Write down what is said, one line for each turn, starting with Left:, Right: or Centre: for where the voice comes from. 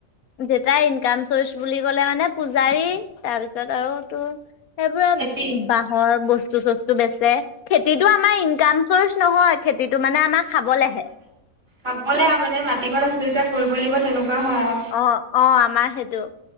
Left: দেউতাই ইনকাম চৰ্চ বুলি ক'লে মানে পূজাৰী তাৰপিছত তাৰপিত আৰু তোৰ সেইবোৰা
Right: খেতি
Left: বাঁহৰ বস্তু চস্তু বেছে খেতিতটো আমাৰ ইনকাম চৰ্চ নহয় খেতিটো মানে আমাৰ খাবলৈহে
Right: হাবলে আৰু মানে মাটিকন আছে যেতিয়া কৰিবই লাগিব তেনেকুৱা হয় আৰু
Left: অ অ আমাৰ সেইটো